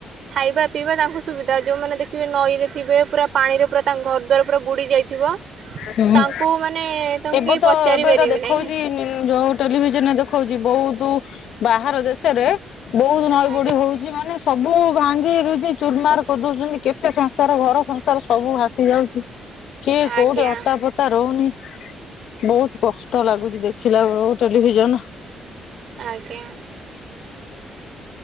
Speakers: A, on the right; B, on the left.
A: ଖାଇବା ପିଇବା ତାଙ୍କୁ ସୁବିଧା ଯୋଉମାନେ ଦେଖିବେ ନଈରେ ଥିବେ ପୁରା ପାଣିରେ ପୁରା ତାଙ୍କ ଘର ଦ୍ୱାର ପୁରା ବୁଡ଼ି ଯାଇଥିବ।
B: ହୁଁ।
A: ତାଙ୍କୁ ମାନେ ତଙ୍କୁ
B: ଏବେ
A: କେହି
B: ତ
A: ପଚାରି
B: ଏବେ
A: ପାରିବେ
B: ତ ଦେଖଉଛି
A: ନାଇଁ।
B: ଯୋଉ ଟେଲିଭିଜନରେ ଦେଖଉଛି ବହୁତ ବାହାର ଦେଶରେ ବହୁତ ନଈ
A: ଆଜ୍ଞା।
B: ପଢଡି ହଉଛି ମାନେ ସବୁ ଭାଙ୍ଗି ରଛି ଚୁର୍ମାର କରିଦଉଛନ୍ତି। କେତେ ସଂସାର ଘର ସଂସାର ସବୁ ଭାସି ଯାଉଛି କିଏ
A: ଆଜ୍ଞା
B: କୋଉଠି ହତାପତା ତା ରହୁନି ବହୁତ କଷ୍ଟ ଲାଗୁଛି ଦେଖିଲା ବେଳକୁ ଟେଲିଭିଜନ।
A: ଆଜ୍ଞା।